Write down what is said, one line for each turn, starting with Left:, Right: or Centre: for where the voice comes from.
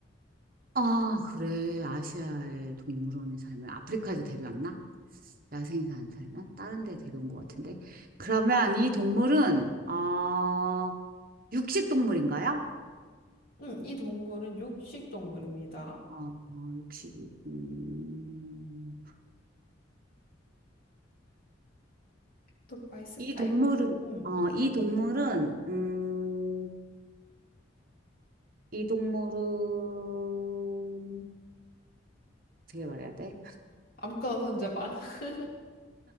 Right: 아, 그래. 아시아의 동물원에 살면 아프리카에서 데려왔나? 야생에서 안 살면 다른 데 데려온 것 같은데. 그러면 이 동물은 어 육식 동물인가요?
Left: 응, 이 동물은 육식 동물입니다.
Right: 어, 어 육식이 음...
Left: 또 뭐가 있을까요?
Right: 이 동물은
Left: 응,
Right: 어 이 동물은 음 이 동물은 어떻게 말해야 돼?
Left: 아무거나 던져봐. <laughs>